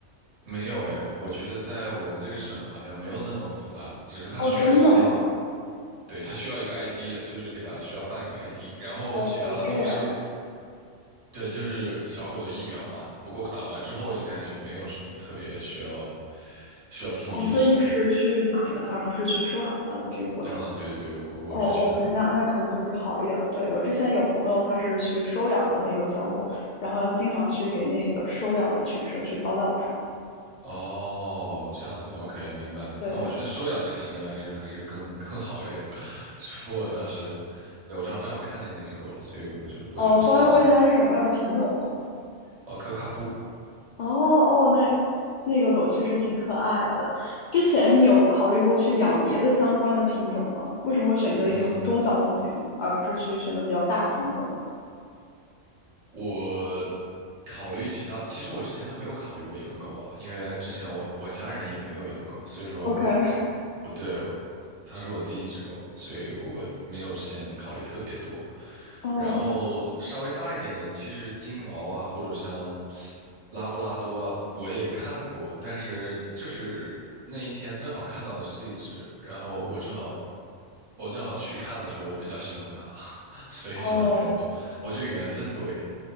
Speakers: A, on the right; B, on the left.
A: 没有哎，我觉得在我们这个省好像没有那么复杂，只是它需要一个
B: 哦，真的吗？
A: I，对，它需要一个 ID，就是给它需要办一个 ID，然后其他的东西。
B: 哦，这样。
A: 对，就是小狗的疫苗嘛。不过打完之后应该就没有什么特别需要需要注意的事了吧？
B: 哦，所以你是去买的，而不是去收养它的这个过程？
A: 嗯，对对对，我我是去买的。
B: 哦哦，OK，那那可能就是好一点儿。对，我之前有朋友，他是去收养了那个小狗，然后要经常去给那个收养的犬舍去报到这种。
A: 哦，这样子，OK，明白。
B: 对，
A: 那我觉得收养这个行为还是还是更更好一点。<laughs> 只不过当时，对，我正好正好看见那只狗了，所以我就我就直接买。
B: 哦，方便问一下它是什么样的品种吗？
A: 哦，可卡布，
B: 哦哦，那那个狗确实挺可爱的。之前你有考虑过去养别的相关的品种吗？为什么会选择一种中小型品，
A: 嗯。
B: 而不是去选择比较大型的狗呢
A: 我考虑其他，其实我之前都没有考虑过养狗啊，因为之前我我家人也没有养狗，所以说我我我对
B: ？OK，
A: 它是我第一只狗，所以我没有之前考虑特别多。
B: 哦
A: 然后稍微大一点的，其实金毛啊，或者像拉布拉多啊，我也看过，但是就是那一天正好看到的是这一只，然后我正好我正好去看的时候，我比较喜欢它，<laughs> 所以就把它带走了我觉得缘分多一点。
B: 哦，